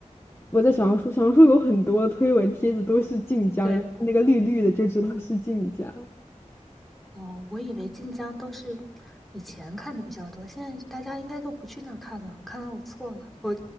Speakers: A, on the left (about 20°); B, in the centre.
A: 我在小红书，小红书有很多推文帖子都是晋江，
B: 对，
A: 一看那个绿绿的就知道是晋江。<laughs>
B: 哦，我以为晋江都是以前看的比较多，现在大家应该都不去那儿看了。看来我错了，我